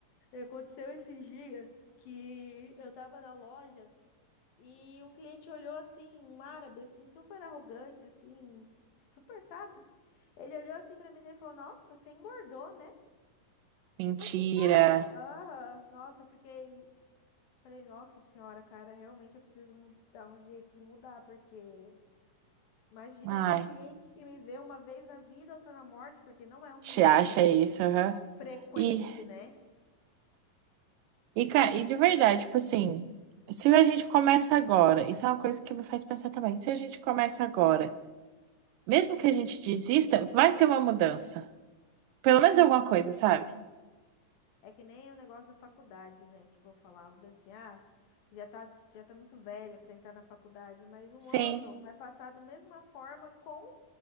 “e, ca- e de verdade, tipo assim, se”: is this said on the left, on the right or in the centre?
Right